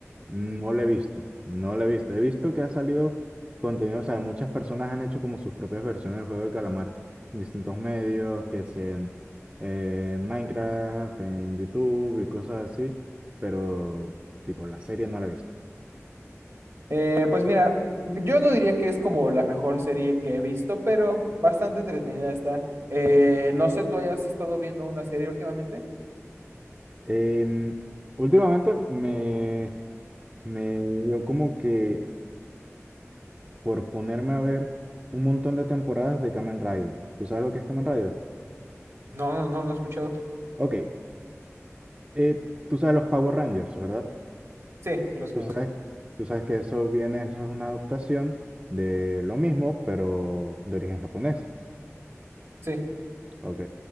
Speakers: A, on the right (about 25°); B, on the right (about 65°).
A: No la he visto, no la he visto. He visto que ha salido contenido, o sea, muchas personas han hecho como sus propias versiones del juego de calamar en distintos medios, que si en, eh, en Minecraft, en YouTube y cosas así, pero tipo la serie no la he visto.
B: Eh, pues mira, yo no diría que es como la mejor serie que he visto, pero bastante entretenida está. Eh, no sé, ¿tú hayas estado viendo una serie últimamente?
A: Em, últimamente me, me dio como que por ponerme a ver un montón de temporadas de Kamen Rider. ¿Tú sabes lo que es Kamen Rider?
B: No, no, no, no he escuchado.
A: Ok, eh, tú sabes los Power Rangers, ¿verdad?
B: Sí, se los
A: Tú
B: conozco.
A: sabes, tú sabes que eso viene, eso es una adaptación de lo mismo, pero de origen japonés.
B: Sí.
A: Ok,